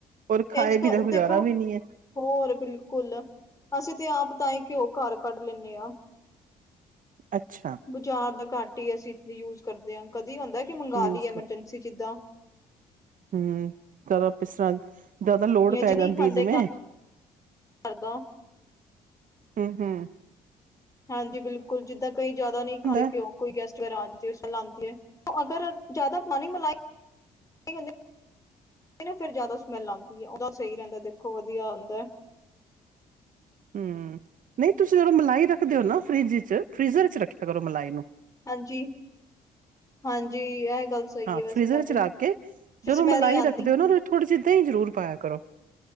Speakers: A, on the right; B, on the left.
A: ਔਰ ਖਾਏ
B: ਇਸ ਕਰ
A: ਬਿਨਾ ਗੁਜ਼ਾਰਾ
B: ਦੇਖੋ
A: ਵੀ ਨੀ ਹੈ।
B: ਹੋਰ ਬਿਲਕੁਲ ਅਸੀਂ ਤੇ ਆਪ ਤਾਂਹੀ ਘਿਓ ਘਰ ਕੱਢ ਲੈਂਦੇ ਹਾਂ।
A: ਅੱਛਾ!
B: ਬਜ਼ਾਰ ਦਾ ਘੱਟ ਹੀ ਅਸੀਂ ਯੂਜ ਕਰਦੇ ਹਾਂ ਕਦੀ ਹੁੰਦਾ ਕਿ ਮੰਗ
A: ਯੂਜ
B: ਲਈਏ ਐਮਰਜੈਂਸੀ ਜਿੱਦਾਂ।
A: ਹੂੰ! ਕਾਹਦਾ ਪਿਸਰਾਂ। ਜਾਦਾ ਲੋੜ
B: ਜਾਂ
A: ਪੈ
B: ਜਿ
A: ਜਾਂਦੀ
B: ਨਹੀਂ ਖਾਂਦੇ
A: ਹੈ ਜਿਵੇਂ।
B: ਘਰ ਦਾ
A: ਹੂੰ! ਹੂੰ!
B: ਹਾਂਜੀ! ਬਿਲਕੁਲ! ਜਿੱਦਾਂ ਕਈ ਜ਼ਿਆਦਾ ਨਹੀਂ ਖਾਂਦੇ
A: ਹੈ।
B: ਘਿਓ। ਕੋਈ ਗੈਸਟ ਵਗੈਰਾ ਆਜੇ ਜੋ ਚਲ ਆਉਂਦੀ ਹੈ ਅਗਰ ਜਿਆਦਾ ਪਾਣੀ ਮਿਲਾਏ। ਸਹੀ ਕਹਿੰਦੇ ਫੇਰ ਜ਼ਿਆਦਾ ਸਮੈਲ ਆਂਦੀ ਹੈ ਉਹਦਾ ਸਹੀ ਰਹਿੰਦਾ ਦੇਖੋ ਵਧੀਆ ਹੁੰਦਾ।
A: ਹੂੰ! ਨਹੀਂ ਤੁਸੀਂ ਮਲਾਈ ਰੱਖਦੇ ਹੋ ਨਾ ਫਰਿੱਜ 'ਚ ਫਰੀਜ਼ਰ 'ਚ ਰੱਖਿਆ ਕਰੋ ਮਲਾਈ ਨੂੰ।
B: ਹਾਂਜੀ! ਹਾਂਜੀ! ਐਹ ਗੱਲ। ਸਹੀ
A: ਹਾਂ!
B: ਏ ਵੈਸੇ
A: ਫਰੀਜ਼ਰ
B: ਤੁਹਾਡੀ
A: ਵਿੱਚ ਰੱਖ ਕੇ
B: ਫਿਰ
A: ਜਦੋਂ
B: ਸਮੈਲ
A: ਮਲਾਈ
B: ਨੀ ਆਂਦੀ।
A: ਰੱਖਦੇ ਹੋ ਨਾ ਉਹਦੇ 'ਚ ਥੋੜ੍ਹੀ ਜਿਹੀ ਦਹੀਂ ਜ਼ਰੂਰ ਪਾਇਆ ਕਰੋ।